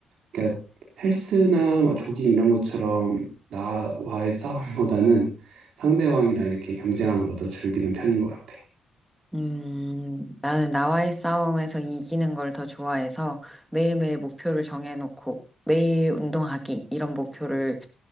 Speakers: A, on the right; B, in the centre.
A: 그러니까 헬스나 뭐 조깅 이런 것처럼 나와의 <laughs> 싸움보다는 상대방이랑 이렇게 경쟁하는 걸 더 즐기는 편인 것 같아.
B: 음, 나는 나와의 싸움에서 이기는 걸 더 좋아해서 매일매일 목표를 정해놓고 매일 운동하기 이런 목표를